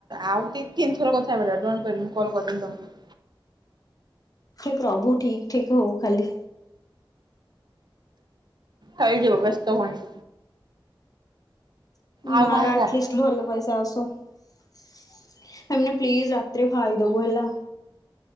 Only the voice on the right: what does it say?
ଆଉ ଟିକେ ତିନିଥର କଥା ହେ ପଡଣିବ ମୁଁ କଲ୍ କରିଦେବି ତମକୁ।
ହେଇଯିବ ବ୍ୟସ୍ତ ହୁନି। ଆଉ
କଣ
କୁହ?